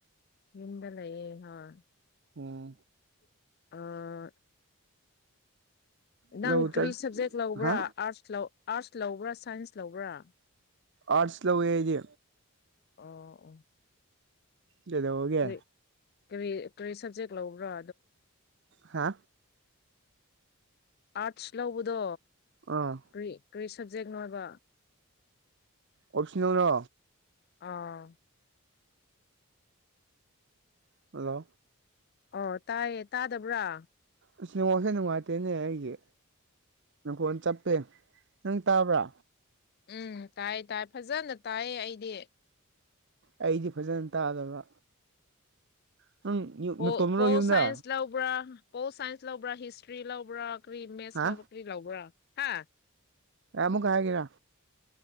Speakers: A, on the left; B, on the right.
A: ꯌꯨꯝꯗ ꯂꯩꯌꯦ ꯍꯣꯏ
B: ꯑꯣ
A: ꯑꯥ ꯅꯪ
B: ꯂꯧ
A: ꯀꯔꯤ
B: ꯆꯠ
A: ꯁꯞꯖꯦꯛ ꯂꯧꯕ꯭ꯔ
B: ꯍꯥ
A: ꯑꯥꯔꯠꯁ ꯂꯧꯕ꯭ꯔ ꯁꯥꯏꯟꯁ ꯂꯧꯕ꯭ꯔ
B: ꯑꯥꯔꯠꯁ ꯂꯧꯋꯦ ꯑꯩꯗꯤ
A: ꯑꯣ ꯑꯣ
B: ꯀꯩꯗꯧꯔꯒꯦ
A: ꯀꯔꯤ ꯀꯔꯤ ꯀꯔꯤ ꯁꯞꯖꯦꯛ ꯂꯧꯕ꯭ꯔ
B: ꯍꯥ
A: ꯑꯥꯔꯠꯁ ꯂꯧꯕꯗꯣ
B: ꯑꫭ
A: ꯀꯔꯤ ꯀꯔꯤ ꯁꯞꯖꯦꯛ ꯅꯣꯏꯕ
B: ꯑꯣꯞꯁꯅꯦꯜꯂꯣ
A: ꯑꯥ
B: ꯍꯜꯂꯣ
A: ꯑꯣ ꯇꯥꯏꯌꯦ ꯇꯥꯗꯕ꯭ꯔ
B: ꯑꯁ ꯅꯦꯋꯥꯛꯁꯦ ꯅꯨꯡꯉꯥꯏꯇꯦꯅꯦ ꯑꯩꯒꯤ ꯅꯈꯣꯟ ꯆꯞꯄꯦ ꯅꯪ ꯇꯥꯕ꯭ꯔ
A: ꯎꯝ ꯇꯥꯏ ꯇꯥꯏ ꯐꯖꯅ ꯇꯥꯏꯌꯦ ꯑꯩꯗꯤ
B: ꯑꯩꯗꯤ ꯐꯖꯅ ꯇꯥꯗꯕ ꯅꯪ ꯌꯨ ꯅꯇꯣꯝꯗꯔꯣ
A: ꯑꯣ ꯄꯣꯜ
B: ꯌꯨꯝꯗ
A: ꯁꯥꯏꯟꯁ ꯂꯧꯕ꯭ꯔ ꯄꯣꯜ ꯁꯥꯏꯟꯁ ꯂꯧꯕ꯭ꯔ ꯍꯤꯁꯇ꯭ꯔꯤ ꯂꯧꯕ꯭ꯔꯥ ꯀꯔꯤ ꯃꯦꯠꯁ
B: ꯍꯥ
A: ꯂꯧꯕ꯭ꯔ ꯀꯔꯤ ꯂꯧꯕ꯭ꯔ ꯍꯥ
B: ꯑꯃꯨꯛꯀ ꯍꯥꯏꯒꯦꯔ